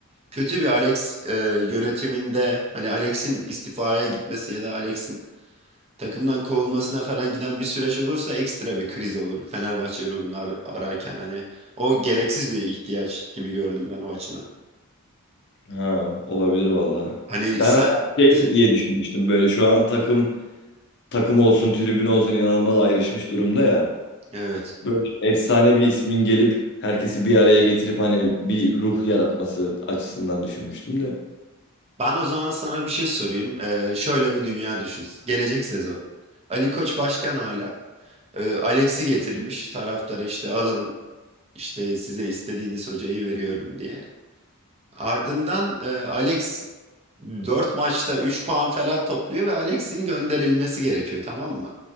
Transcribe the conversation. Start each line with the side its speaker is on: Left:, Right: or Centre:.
Right: kötü bir Alex e, yönetiminde hani Alex'in istifaya gitmesi ya da Alex'in takımdan kovulmasına falan giden bir süreç olursa ekstra bir kriz olur. Fenerbahçe ruhunu ar- ararken hani o gereksiz bir ihtiyaç gibi gördüm ben o açıdan.
Left: Ha olabilir valla.
Right: Hani
Left: Ben
Right: sen
Left: şey
Right: <laughs>
Left: diye düşünmüştüm böyle şu an takım takım olsun, tribün olsun inanılmaz ayrışmış durumda ya.
Right: evet.
Left: Böyle efsane bir ismin gelip herkesi bir araya getirip hani bir ruh yaratması açısından düşünmüştüm de.
Right: Ben o zaman sana bir şey sorayım. E, şöyle bir dünya düşün. Gelecek sezon. Ali Koç başkan hala. E, Alex'i getirmiş. Taraftarı işte alın İşte size istediğiniz hocayı veriyorum diye. Ardından e, Alex 4 maçta 3 puan falan topluyor ve Alex'in gönderilmesi gerekiyor tamam mı?